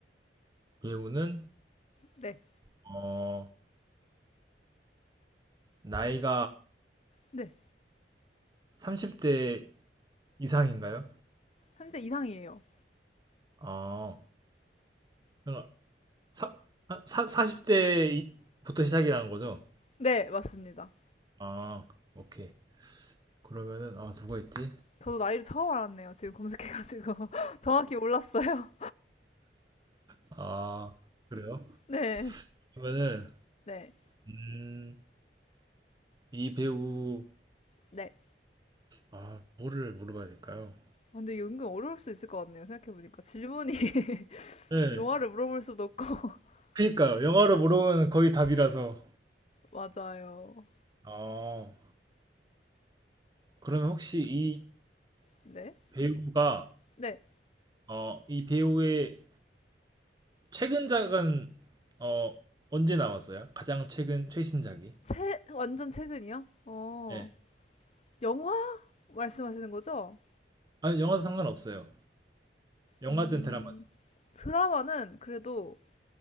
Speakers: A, on the right; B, on the left.
A: 배우는
B: 네,
A: 어, 나이가
B: 네.
A: 30대 이상인가요?
B: 30대 이상이에요.
A: 어, 그러니까 사, 아, 사, 40대부터 시작이라는 거죠?
B: 네, 맞습니다.
A: 아, 오케이. 그러면은 아, 누가 있지?
B: 저도 나이를 처음 알았네요. 지금 검색해가지고. <laughs> 정확히 몰랐어요.
A: 아, 그래요?
B: <laughs> 네,
A: 그러면은
B: 네,
A: 음, 이 배우
B: 네.
A: 아, 뭐를 물어봐야 될까요?
B: 아, 근데 이게 은근 어려울 수 있을 것 같네요. 생각해보니까. 질문이 <laughs>
A: 네.
B: 영화를 물어볼 수도 없고. <laughs>
A: 그니까요. 영화로 물어보면 거의 답이라서.
B: 맞아요.
A: 어, 그러면 혹시 이
B: 네,
A: 배우가,
B: 네.
A: 어, 이 배우의 최근작은, 어, 언제 나왔어요? 가장 최근, 최신작이.
B: 최, 완전 최근이요? 어,
A: 예.
B: 영화 말씀하시는 거죠?
A: 아니, 영화도 상관없어요. 영화든
B: 음,
A: 드라마든.
B: 드라마는 그래도